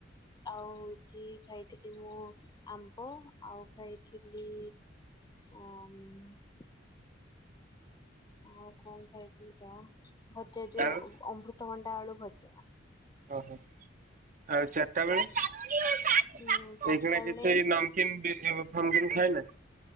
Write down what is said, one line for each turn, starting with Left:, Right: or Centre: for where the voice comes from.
Left: ଆଉ ହଉଚି ଖାଇଥିଲି ମୁଁ ଆମ୍ବ ଆଉ ଖାଇଥିଲି ଅମ୍ ଆଉ କଣ ଖାଇଥିଲି ତ ଭଜା ଯୋଉ
Right: ଆଉ
Left: ଅମୃତଭଣ୍ଡା ଆଳୁ ଭଜା।
Right: ଓହୋ, ଆଉ ଚାରିଟା ବେଳେ ଏଇ
Left: ଉଁ ଚାରିଟା
Right: କିନା କିଛି
Left: ବେଳେ
Right: ନମକିନ୍ ପିଜି ଫମକିନ୍ ଖାଇଲେ